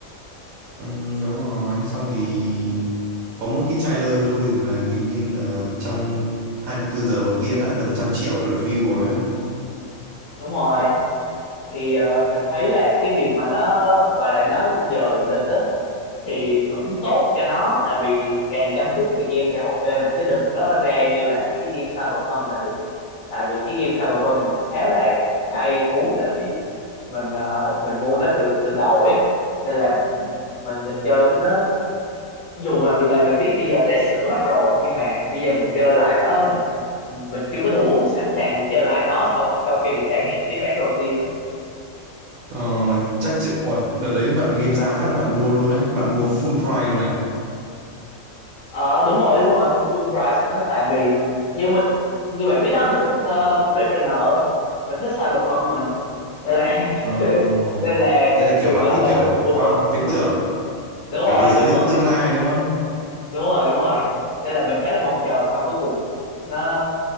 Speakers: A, on the right; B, on the left.
A: Ừ, đúng rồi xong thì có mỗi cái trailer thôi mà hình như là trong 24 giờ đầu tiên đã gần trăm triệu lượt view rồi á
B: đúng rồi thì ờ, mình thấy là cái việc mà nó gọi là nó dời lịch á thì cũng tốt cho nó tại vì càng chăm chút thì game càng ok mà chứ đừng có ra như là cái game Cyberpunk là được tại vì cái game Cyberpunk mình khá là cay cú tại vì mình ờ, mình mua nó từ từ đầu ấy nên là mình mình mình chơi cái nó dù mà mình- là mình biết bây giờ nó đã sửa hết rồi nhưng mà bây giờ mình chơi lại nó mình mình chưa có đủ sẵn sàng để chơi lại nó sau sau khi mình trải nghiệm cái bản đầu tiên á.
A: ờ, chắc chị ôi đợt đấy bạn game ra phát là bạn mua luôn á bạn mua full price luôn này
B: ờ đúng rồi đúng rồi mua full price luôn đó tại vì mình như mình như bạn biết đó mình thích uh, Blade Runner mình thích Cyberpunk mà nên là
A: ờ,
B: <laughs> nên là
A: thế là kiểu
B: ừ,
A: bạn
B: gọi
A: thích
B: là
A: kiểu
B: mình mua
A: khoa
B: thôi
A: học viễn tưởng
B: đúng
A: kiểu
B: rồi
A: thế giới
B: đúng rồi
A: tương lai đúng không
B: đúng rồi đúng rồi đây là mình khá là mong chờ xong cuối cùng nó